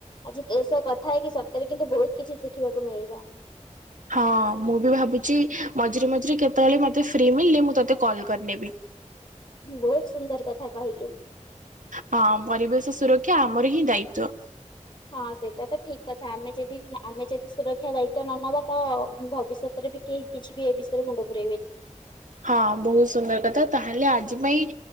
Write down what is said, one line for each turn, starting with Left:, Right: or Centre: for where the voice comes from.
Left: ଆଜି ତୋ ସହ କଥା ହେଇକି ସତରେ କିନ୍ତୁ ବହୁତ୍ କିଛି ଶିଖିବାକୁ ମିଳିଲା।
Right: ହଁ ମୁଁ ବି ଭାବୁଚି ମଝିରେ ମଝିରେ କେତେବଳେ ମୋତେ ଫ୍ରି ମଳିଲେ ମୁଁ ତତେ କଲ୍ କରିନେବି।
Left: ବହୁତ୍ ସୁନ୍ଦର୍ କଥା କହିଲୁ।
Right: ହଁ ପରିବେଶ ସୁରକ୍ଷା ଆମର ହିଁ ଦାୟିତ୍ଵ।
Left: ହଁ ସେଇଟା ତ ଠିକ୍ କଥା। ଆମେ ଯେଦି ଆମେ ଯେଦି ସୁରକ୍ଷା ଦାୟିତ୍ୱ ନ ନବା ତ ଭବିଷ୍ୟତ୍ ରେ ବି କେହି କିଛି ବି ଏ ବିଷୟରେ ମୁଣ୍ଡ ପୁରେଇବେନି।
Right: ହଁ ବହୁତ୍ ସୁନ୍ଦର୍ କଥା ତାହେଲେ ଆଜି ପାଇଁ